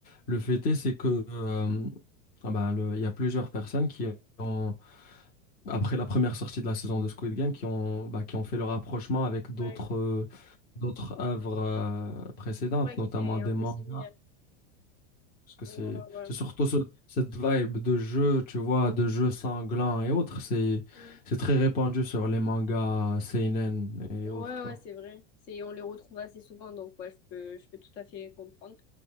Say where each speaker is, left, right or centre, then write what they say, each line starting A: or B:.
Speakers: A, on the left; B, on the left.
A: le fait est, c'est que euh, ah bah, le- il y a plusieurs personnes qui ont, après la première sortie de la saison de Squid Game, qui ont, bah, qui ont fait le rapprochement avec d'autres
B: Ouais,
A: euh, d'autres œuvres euh, précédentes,
B: ouais, qui
A: notamment
B: était
A: des
B: un peu
A: mangas.
B: similaire.
A: Parce que
B: Ouais,
A: c'est
B: ouais.
A: c'est surtout ce- cette vibe de jeu, tu vois, de jeu sanglant et autres. C'est
B: Mm.
A: c'est très répandu sur les mangas seinen et
B: Ouais,
A: autres, tu
B: ouais,
A: vois.
B: c'est vrai. C'est, on les retrouve assez souvent, donc ouais, je peux, je peux tout à fait comprendre.